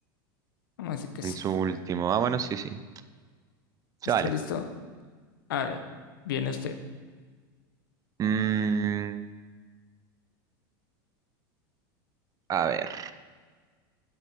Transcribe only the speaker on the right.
En
su último, ah, bueno, sí, sí, se
vale.
Mm, a ver,